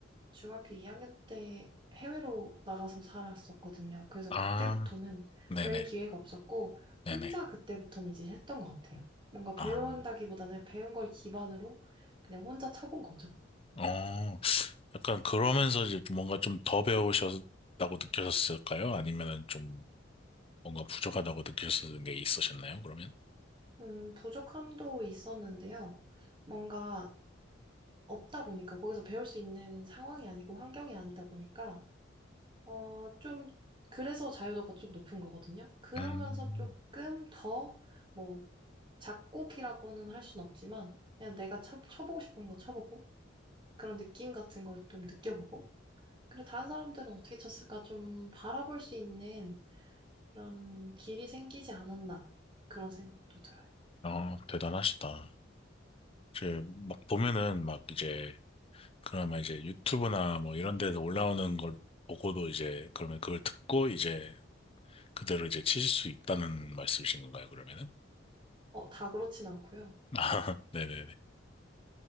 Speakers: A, on the right (about 25°); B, on the left (about 30°).
A: 중학교 2학년 때 해외로 나가서 살았었거든요. 그래서
B: 아,
A: 그때부터는
B: 네네,
A: 배울 기회가 없었고,
B: 네네.
A: 혼자 그때부터는 이제 했던 것 같아요. 뭔가 배운다기보다는
B: 아,
A: 배운 걸 기반으로 그냥 혼자 쳐본 거죠.
B: 어, 약간 그러면서 이제 좀 뭔가 좀 더 배우셨다고 느껴졌을까요? 아니면은 좀. 뭔가 부족하다고 느끼셨던 게 있으셨나요, 그러면?
A: 음, 부족함도 있었는데요. 뭔가 없다 보니까 거기서 배울 수 있는 상황이 아니고 환경이 아니다 보니까 어, 좀 그래서 자유도가 좀 높은 거거든요. 그러면서
B: 음,
A: 조금 더 뭐 작곡이라고는 할 순 없지만 그냥 내가 쳐, 쳐보고 싶은 거 쳐보고 그런 느낌 같은 걸 좀 느껴보고 그리고 다른 사람들은 어떻게 쳤을까 좀 바라볼 수 있는 그런 길이 생기지 않았나 그런 생각도 들어요.
B: 아, 대단하시다. 이제 막 보면은 막 이제 그나마 이제 유튜브나 뭐 이런 데서 올라오는 걸 보고도 이제 그러면 그걸 듣고 이제 그대로 이제 치실 수 있다는 말씀이신 건가요, 그러면은?
A: 어, 다 그렇진 않고요.
B: <laughs> 아, 네네네.